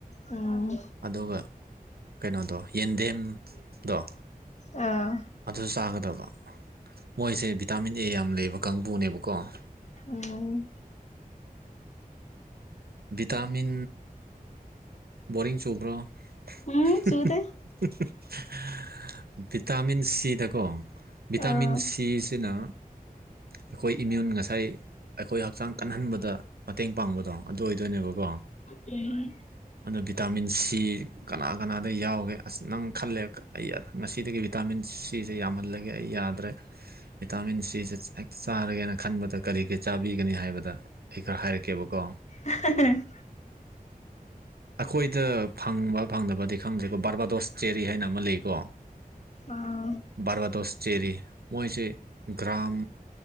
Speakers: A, on the left (about 50°); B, on the right (about 85°).
A: ꯎꯝ
B: ꯑꯗꯨꯒ ꯀꯩꯅꯣꯗꯣ ꯌꯦꯟꯗꯦꯝ ꯗꯣ
A: ꯑꯥ
B: ꯑꯗꯨꯁꯨ ꯆꯥꯒꯗꯕ ꯃꯣꯏꯁꯦ ꯚꯤꯇꯥꯃꯤꯟ ꯑꯦ ꯌꯥꯝ ꯂꯩꯕ ꯀꯥꯡꯕꯨꯅꯦꯕꯀꯣ ꯑ
A: ꯎꯝ
B: ꯚꯤꯇꯥꯃꯤꯟ ꯕꯣꯔꯤꯡ ꯆꯨꯕ꯭ꯔꯣ ꯍꯝꯍꯝꯍꯝ
A: ꯎꯝ ꯆꯨꯗꯦ
B: ꯚꯤꯇꯥꯃꯤꯟ ꯁꯤꯗꯀꯣ ꯚꯤꯇꯥꯃꯤꯟ
A: ꯑꯥ
B: ꯁꯤꯁꯤꯅ ꯑꯩꯈꯣꯏ ꯏꯃ꯭ꯌꯨꯟ ꯉꯁꯥꯏ ꯑꯩꯈꯣꯏ ꯍꯛꯆꯥꯡ ꯀꯟꯍꯟꯕꯗ ꯃꯇꯦꯡ ꯄꯥꯡꯕꯗꯣ ꯑꯗꯨ ꯑꯣꯏꯗꯣꯏꯅꯦꯕꯀꯣ ꯑꯣ
A: ꯎꯝ
B: ꯑꯣꯅ ꯚꯤꯇꯥꯃꯤꯟ ꯁꯤ ꯀꯅꯥ ꯀꯅꯥꯗ ꯌꯥꯎꯒꯦ ꯑꯁ ꯅꯪ ꯈꯜꯂꯦ ꯑꯩ ꯉꯁꯤꯗꯒꯤ ꯚꯤꯇꯥꯃꯤꯟ ꯁꯤꯁꯦ ꯌꯥꯝꯍꯜꯂꯒꯦ ꯑꯩ ꯌꯥꯗ꯭ꯔꯦ ꯚꯤꯇꯥꯃꯤꯟ ꯁꯤꯁꯦ ꯍꯦꯛꯇ ꯆꯥꯔꯒꯦꯅ ꯈꯟꯕꯗ ꯀꯔꯤ ꯀꯔꯤ ꯆꯥꯕꯤꯒꯅꯤ ꯍꯥꯏꯕꯗ ꯑꯩ ꯈꯔ ꯍꯥꯏꯔꯛꯀꯦ ꯀꯦꯕꯀꯣ
A: ꯑꯍꯍꯍ
B: ꯑꯩꯈꯣꯏꯗ ꯐꯪꯕ ꯐꯪꯗꯕꯗꯤ ꯈꯪꯗ꯭ꯔꯦꯀꯣ ꯕꯔꯕꯥꯗꯣꯁ ꯆꯦꯔꯤ ꯍꯥꯏꯅ ꯑꯃ ꯂꯩꯀꯣ
A: ꯑꯥ
B: ꯕꯥꯔꯕꯥꯗꯣꯁ ꯆꯦꯔꯤ ꯃꯣꯏꯁꯦ ꯒ꯭ꯔꯝ